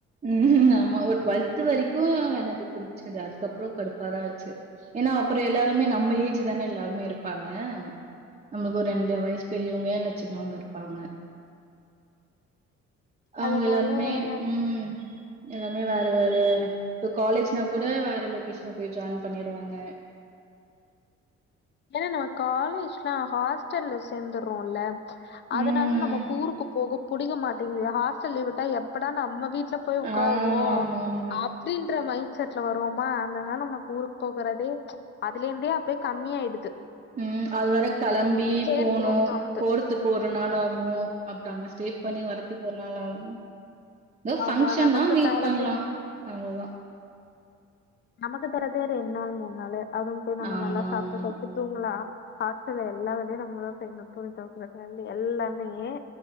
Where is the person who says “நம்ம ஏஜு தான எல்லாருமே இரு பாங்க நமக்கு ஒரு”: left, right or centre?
Right